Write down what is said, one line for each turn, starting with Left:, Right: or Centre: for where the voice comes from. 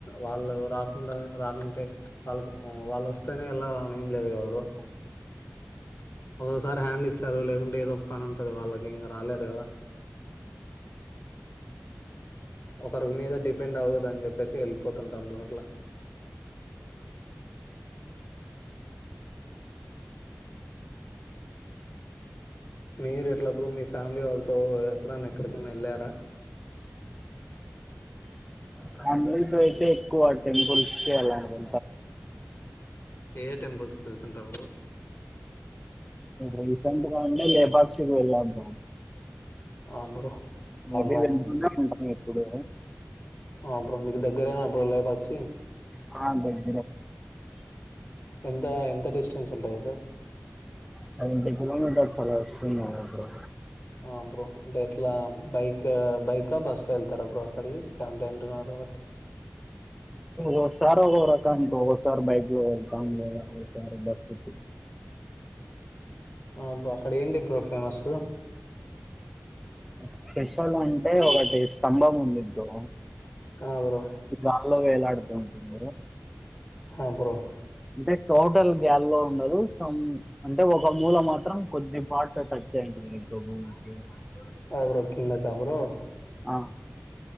Left: వాళ్ళు రాకుండా రాకుంటే వాళ్ళ వాళ్ళు వస్తేనే వెళ్ళ ఏం లేదు కదా బ్ర ఒకోసారి హ్యాండ్ ఇస్తారు లేకుంటే ఏదో పని ఉంటది వాళ్ళకి ఇంకా రాలేరు కదా ఒకరికి మీద డిపెండ్ అవ్వదుని చెప్పేసి వెళ్పోతుంటాము అట్లా మీరు ఎట్లప్పుర మీ ఫ్యామిలీ వాళ్ళతో ఎప్పుడన్నా ఎక్కడికన్నా వెళ్ళారా
Centre: ఫ్యామిలీ త అయితే ఎక్కువ టెంపుల్స్ క అలాను
Left: ఏ టెంపుల్స్ వెళ్తుంటారు
Centre: రీసెంట్గా అంటే లేపాక్షి కి వెళ్ళా బ్రో
Left: ఆ బ్రో
Centre: మేబీ
Left: అమాల్
Centre: వెళ్తూనే ఉంటాం ఇప్పుడు
Left: ఆ బ్రో మీకు దగ్గరేనా బ్రో లేపాక్షి
Centre: ఆ బండి
Left: ఎంత ఎం ఎంత డిస్టన్స్ ఉంటది బ్రో
Centre: సెవెంటీ కిలోమీటర్స్ అలా వస్తున్నది బ్రో
Left: ఆ బ్రో అంటే ఎట్లా బైక్ బైకా బస్ లో వెళ్తారా బ్రో అక్కడికి సెవెంటీ అంటున్నారు కాబట్టి
Centre: ఒకసారి ఒకొక్క రకం బ్రో ఒకసారి బైక్ లో వెళ్తాం బ్రో ఒకసారి బస్ లో
Left: ఆ బ్రో అక్కడ ఏంటి బ్రో ఫేమస్సు
Centre: స్పెషల్ అంటే ఒకటి స్తంభం ఉంది బ్రో
Left: ఆ బ్రో
Centre: గాల్లో వేలాడుతుంది బ్రో
Left: హా బ్రో
Centre: అంటే టోటల్ గాల్లో ఉండదు సమ్ అంటే ఒక మూల మాత్రం కొద్ది పార్ట్ టచ్ అయి ఉంటుంది బ్రో భూమికి
Left: <unintelligible> ఎవరో
Centre: ఆ